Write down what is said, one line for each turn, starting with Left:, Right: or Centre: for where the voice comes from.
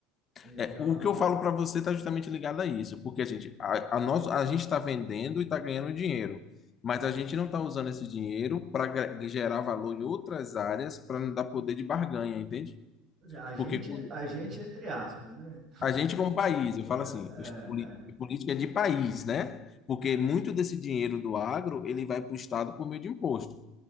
Right: Então,
Left: É, o que eu falo
Right: é,
Left: para você está justamente ligado a isso, porque a gente a, a nosso, a gente está vendendo e está ganhando dinheiro, mas a gente não está usando esse dinheiro para gerar valor em outras áreas para não dar poder de barganha, entende?
Right: a gente,
Left: Porque quando-
Right: é, a gente é entre aspas, né?
Left: a gente como país, eu falo
Right: É,
Left: assim, os poli-
Right: é,
Left: política é de país, né? Porque
Right: é, é.
Left: muito desse dinheiro do agro ele vai para o estado por meio de imposto.